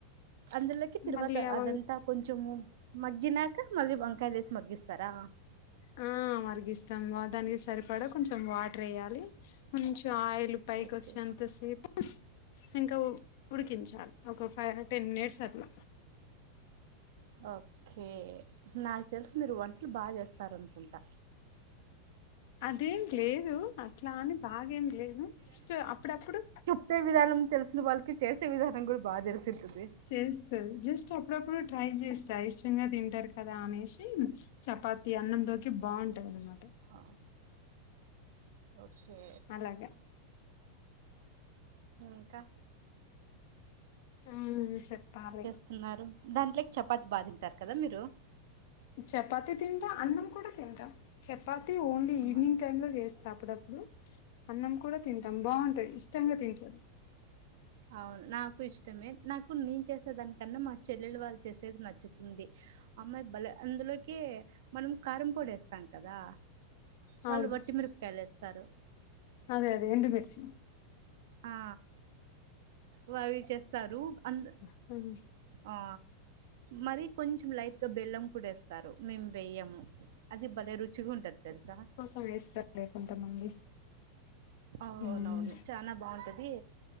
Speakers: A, on the right (about 55°); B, on the left (about 50°).
A: అందులో కి తిరువాత
B: మళ్ళీ ఆ
A: అదంతా
B: వం
A: కొంచము మగ్గినాక మళ్లీ వంకాయలు వేసి మగ్గిస్తారా
B: ఆ మరిగిస్తాం బా దానికి సరిపడా కొంచెం వాటర్ వేయాలి కొంచెం ఆయిల్ పైకొచ్చే
A: ఓకే
B: అంతసేపు ఇంకా ఉడికించాలి ఒక ఫైవ్ టెన్ మినిట్స్ అట్ల
A: ఓకే నాకు తెలిసి మీరు వంటలు బాగా చేస్తారనుకుంటా
B: అదేం లేదు అట్ల అని బాగా ఏం చేయను ఫస్ట్ అప్పుడప్పుడు
A: ట్టే విధానం తెలిసిన వాళ్ళకి చేసే విధానం కూడా బాగా తెలిసి ఉంటుంది
B: చేస్తారు జస్ట్ అప్పుడప్పుడు ట్రై చేస్తా ఇష్టంగా తింటారు కదా అనేసి చపాతి అన్నంలోకి బాగుంటది అనమాట
A: ఆ ఓకే
B: అలాగ
A: ఇంకా
B: ఆ మ్మ్ చెప్పాలి
A: స్తున్నారు దాంట్లేకి చపాతి బా తింటారు కదా మీరు
B: చపాతి తింట అన్నం కూడా తింటాం చపాతి ఓన్లీ
A: అవును
B: ఈవినింగ్ టైమ్ లో చేస్తా అప్పుడప్పుడు అన్నం కూడా తింటాం బాగుంటు ది ఇష్టంగా తింటారు
A: అవును నాకు ఇష్టమే నాకు నేను చేసేదానికన్నా మా చెల్లెలు వాళ్ళు చేసేది నచ్చుతుంది అమ్మాయి బలే అందులోకి మనం కారం పొడి ఏస్తాం కదా వాళ్ళు
B: అవును
A: వట్టిమిరపకాయలు వేస్తారు
B: అదే అదే ఎండుమిర్చి
A: ఆ వ అవి చేస్తారు అందు
B: మ్మ్
A: ఆ మరి కొంచెం లైట్గా బెల్లం కూడా ఏస్తారు మేము వెయ్యము అది బలే రుచిగుంటది తెల్సా
B: ఆ వేస్తారు లే కొంతమంది
A: అవునవును
B: ఉమ్,
A: చానా బాగుంటది